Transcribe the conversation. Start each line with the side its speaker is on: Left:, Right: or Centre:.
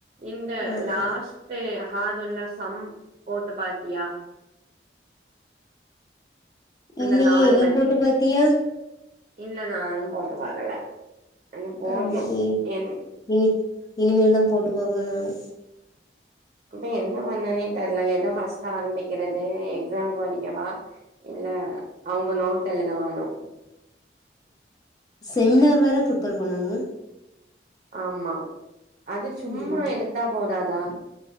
Right: இந்த
Left: ஆமா
Right: லாஸ்ட்டு ஹாடான சம் போட்டு பாத்தியா அந்த
Left: இல்லையே
Right: நாலு
Left: நீ
Right: மட்
Left: போட்டு பாத்தியா
Right: இந்த நானு போட்டு பாக்கல வந்து போட்னு
Left: ஆமா இ
Right: என்
Left: இனி இனிமேல் தா போட்டு பாக்கணு நானு
Right: இப்ப என்ன பண்ணனே தெர்ல ஏத ஃபர்ஸ்ட் ஆரம்பிக்கிறது எக்ஸாமு படிக்கவா இல்ல அவங்க நோட்ட எழுதவாணு
Left: செமினார் வேற பிரிபர் பண்ணணு
Right: ஆமா அது சும்மா
Left: ம்
Right: எடுத்தா போதாதா